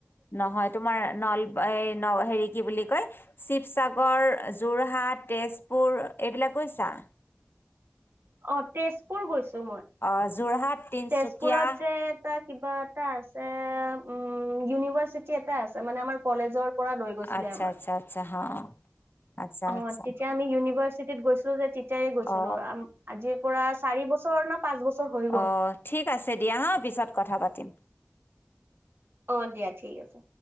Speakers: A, on the left (about 65°); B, on the right (about 80°).
A: নহয় তোমাৰ নল। হেৰি কি বুলি কয় শিৱসাগৰ যোৰহাত তেজপুৰ এইবিলাকক? পইচা।
B: অ তেজপুৰ গৈছো।
A: অ যোৰহাট তিনচুকীয়া
B: তেজপুৰত যে এটা কিবা এটা আছে। উম ইউনিভাৰ্চিটি এটা আছে মানে আমাৰ কলেজৰ পৰা লৈ গৈছিলে
A: আচ্ছা
B: আমাক।
A: আচ্ছা আচ্ছা হ আচ্ছা
B: অ
A: আচ্ছা
B: তেতিয়া আমি ইউনিভাৰ্চিটিত গৈছিলো যে তেতিয়াই গৈছিলো
A: অ
B: আজিৰ পৰা। চাৰি বছৰ ন। পাঁচ বছৰ হৈ গ'ল।
A: অ ঠিক আছে দিয়া হা পিছত কথা পাতিম।
B: অ দিয়া ঠিক আছে।